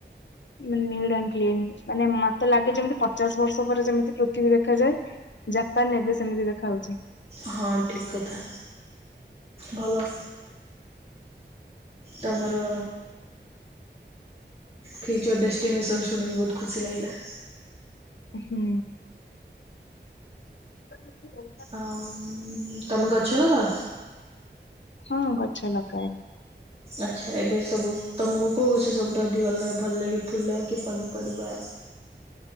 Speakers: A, on the left; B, on the right.
A: ନିଟ୍ ଆଣ୍ଡ କ୍ଲିନ ମାନେ ମତେ ଲାଗେ ଯେମିତି ପଚାଶ ବର୍ଷ ପରେ ଯେମିତି ପୃଥିବୀ ଦେଖାଯାଏ। ଜାପାନ ଏବେ ସେମିତି ଦେଖା ଯାଉଛି।
B: ହଁ ଠିକ୍ କଥା ଭଲ। ତମର ଫିଉଚର ଡେଷ୍ଟିନେସନ ଶୁଣିକି ବହୁତ ଖୁସି ଲାଗିଲା।
A: ହୁଁ। <inaudible>
B: ଆଉ ତମେ ଗଛ ଲଗାଅ?
A: ହଁ ଗଛ ଲଗାଏ।
B: ଆଚ୍ଛା ଏବେ ସବୁ ତମକୁ କୋଉ ଗଛ ସବୁଠୁ ଅଧିକ ଭଲ ଲାଗେ? ଫୁଲ କି ପନିପରିବା?